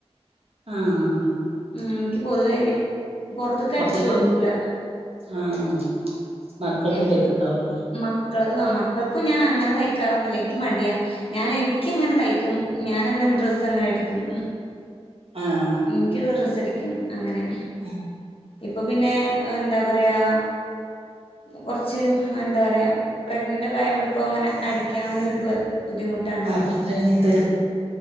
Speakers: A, on the right; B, on the left.
A: ആഹ
B: ഉ എനിക്ക് പൊതുവേന്നെ പുൊറത്തൊക്ക
A: പൊറത്തേക്ക്
B: അടിച്ചു കൊടുക്കൂല
A: ആഹ് മക്കൾതും
B: എ
A: തയ്ക്കണ്ടാവുല്ലേ
B: മക്കളത് ആ മക്കൾക്കും ഞാൻ അങ്ങനെ ത ക്കാറൊന്നുമല്ല എനി മടിയാ ഞാൻ എനിക്ക് എങ്ങനെ തയ്ക്കും ഞാന അങ്ങനെ ഡ്രസ്സ് എങ്ങനെ അടിക്കും
A: ആഹ്
B: എനിക്കുള്ള സഠിക്കും അങ്ങനെ
A: ആഹ്
B: ഇപ്പോൾ പിന്നെ എന്താ പറയുക കുറച്ച് എന്താ പറയാ പ്രഗ്നന്റ് ഒക്കെയൊണ്ട് ഇപ്പോ അങ്ങനെ അടിക്കാവൻ ഒരു ബുദ്ധിമുട്ടാണ്
A: അപ്പൊ എത്ര കഴിഞ്ഞിട്ട്